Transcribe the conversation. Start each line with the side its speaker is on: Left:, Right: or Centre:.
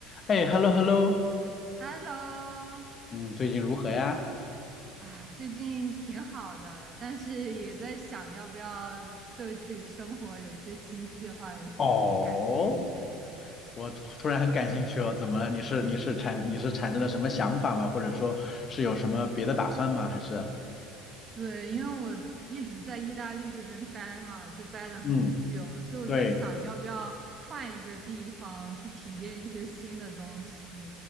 Left: 哎，hello hello，
Right: Hello，
Left: 嗯，最近如何呀？
Right: 啊，最近挺好的，但是也在想要不要对自己生活有一些新计划，有一些新改变这样。
Left: 哦，我突突然很感兴趣哦，怎么了？你是你是产你是产生了什么想法吗？或者说是有什么别的打算吗？还是？
Right: 对，因为我一直在意大利这边待嘛，就待了很久，
Left: 嗯，
Right: 所以我在想要不要换一个地方去体验一些新的东西。
Left: 对，